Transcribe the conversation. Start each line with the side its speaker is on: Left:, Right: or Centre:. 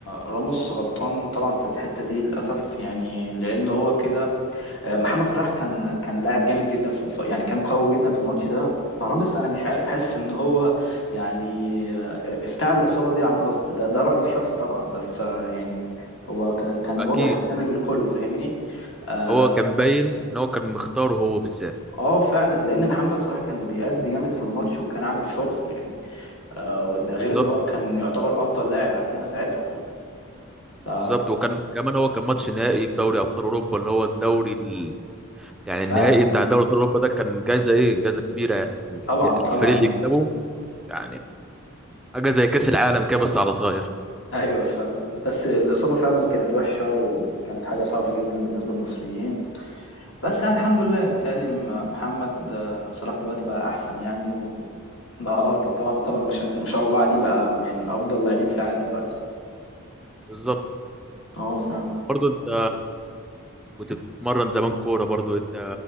Left: راموس غلطان طبعا في الحتة دي للأسف يعني لأن هو كده آه، محمد صلاح كان كان لاعب جامد جدا في الف... يعني كان قوي جدا في الماتش ده فرامس انا مش عارف حاسس ان هو يعني آه، افتعل الاصابه دي عن قصد ده ده رايي الشخصي طبعا بس آه، يعني هو ك- كان
Centre: اكيد
Left: واضح قدام الكل فاهمني اه
Centre: هو كان باين ان هو كان مختاره هو بالذات
Left: آه، فعلا لان محمد صلاح كان بيأدي جامد في الماتش وكان عامل شغل يعني آه، ده غير
Centre: بالظبط
Left: ان هو كان يعتبر افضل لاعب عندنا ساعتها ف...
Centre: بالظبط وكان كمان هو كان ماتش نهائي في دوري ابطال اوروبا اللي هو الدوري ال... يعني
Left: فعلا
Centre: النهائي
Left: ال-
Centre: بتاع دوري ابطال اوروبا ده كان جايزه ايه جايزه كبيره يعني الج-
Left: طبعا طبعا
Centre: الفريق اللي يكسبه يعني حاجه زي كاس العالم كده بس على صغير
Left: ايوه فعلا بس الاصابه فعلا كانت وحشه وكانت حاجه صعبه جدا بالنسبه للمصريين بس يعني الحمد لله بيتهيألي م- محمد آه، صلاح دلوقتي بقى احسن يعني وبقى افضل طبعا طبعا ما شاء ما شاء الله عليه بقى يعني من افضل اللاعبين في العالم دلوقتي
Centre: بالظبط
Left: اه فعلا
Centre: برضو انت كنت بتتمرن زمان كوره برضو انت